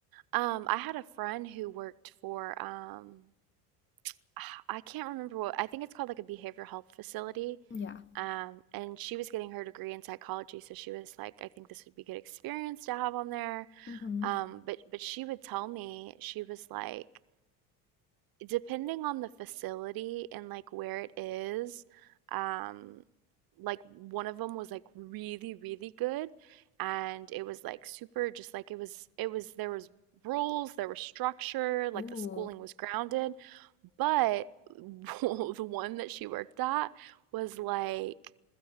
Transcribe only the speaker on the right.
Um, I had a friend who worked for um <sighs> I can't remember what I think it's called like a behavioral health facility.
Um, and she was getting her degree in psychology, so she was like, I think this would be good experience to have on there.
Um, but but she would tell me, she was like, depending on the facility and like where it is, um, like one of them was like really, really good, and it was like super, just like it was, it was, there was rules, there was structure, like
the schooling was grounded, but <laughs> the one that she worked at was like